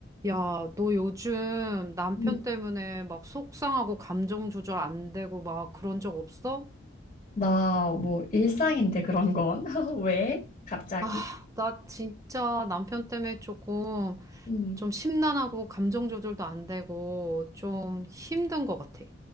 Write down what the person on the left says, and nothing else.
음.
나 뭐 일상인데 그런 건. <laughs> 왜? 갑자기?
음.